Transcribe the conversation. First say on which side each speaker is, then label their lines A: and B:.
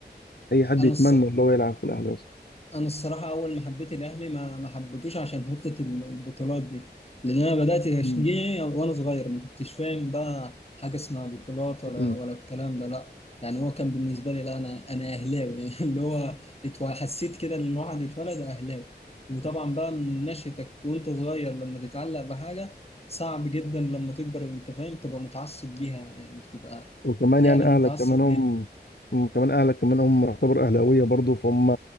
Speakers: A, on the left; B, on the left.
A: أي حد
B: أنا
A: يتمنى
B: الص...
A: إن هو يلعب في الأهلي أصلا
B: انا الصراحه اول ما حبيت الاهلي ما ما حبيتوش عشان حته البطولات دي لان انا بدات تشجيعي
A: مم.
B: وانا صغير ما كنتش فاهم بقى حاجه اسمها بطولات ولا
A: أمم.
B: ولا الكلام ده لا يعني هو كان بالنسبه لي لا انا انا اهلاوي <laughs> يعني اللي هو اتو- حسيت كده ان الواحد اتولد اهلاوي وطبعا بقى من نشأتك وانت صغير لما تتعلق بحاجه صعب جدا لما تكبر انت فاهم تبقى متعصب ليها يعني تبقى
A: وكمان
B: فعلا
A: يعني أهلك
B: متعصب
A: كمان هم
B: ليها
A: هم كمان أهلك كمان هم يعتبر أهلاوية برضه فهم